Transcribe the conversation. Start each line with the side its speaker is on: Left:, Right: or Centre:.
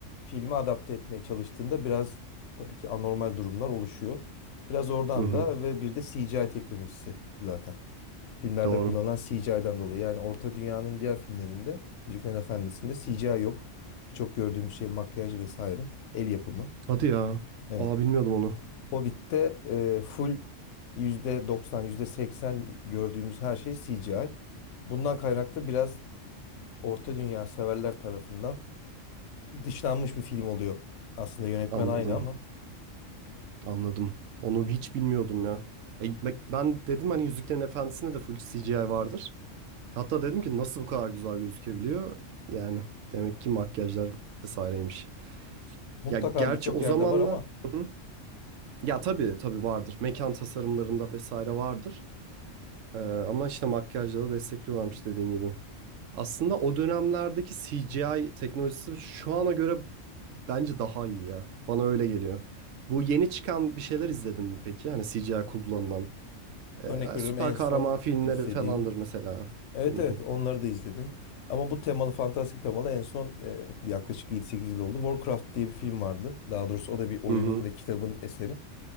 Left: filme adapte etmeye çalıştığında biraz tabii ki anormal durumlar oluşuyor. Biraz oradan
Right: hı hı.
Left: da ve bir de CGI teknolojisi zaten. Filmlerde
Right: Doğru.
Left: kullanılan CGI'den dolayı. Yani Orta Dünya'nın diğer filmlerinde Yüzüklerin Efendisi'nde CGI yok. Birçok gördüğümüz şey makyaj vesaire. El yapımı.
Right: Hadi ya.
Left: Evet.
Right: Aa bilmiyordum onu.
Left: Hobbit'te e, full %90, %80 gördüğümüz her şey CGI. Bundan kaynaklı biraz Orta Dünya severler tarafından dışlanmış bir film oluyor. Aslında yönetmen
Right: Anladım.
Left: aynı ama
Right: Anladım. Onu hiç bilmiyordum ya. E, bak ben dedim hani Yüzüklerin Efendisi'nde de full CGI vardır. Hatta dedim ki nasıl bu kadar güzel gözükebiliyor? Yani demek ki makyajlar vesaireymiş.
Left: mutlaka
Right: Ya gerçi
Left: birçok
Right: o
Left: yerde
Right: zamanlar
Left: var ama
Right: Hı hı. ya tabii tabii vardır. Mekan tasarımlarında vesaire vardır. Ee, ama işte makyajla da destekliyorlarmış dediğin gibi. Aslında o dönemlerdeki CGI teknolojisi şu ana göre bence daha iyi ya. Bana öyle geliyor. Bu yeni çıkan bir şeyler izledin mi peki? Hani CGI kullanılan.
Left: örnek
Right: Ee,
Left: veriyorum
Right: süper
Left: en
Right: kahraman
Left: son
Right: filmleri
Left: izlediğim
Right: falandır mesela.
Left: Evet
Right: Bilmiyorum.
Left: evet onları da izledim. Ama bu temalı fantastik temalı en son e, yaklaşık 7-8 yıl oldu. Warcraft diye bir film vardı. Daha doğrusu o da bir oyunun
Right: Hı hı.
Left: ve kitabın eseri.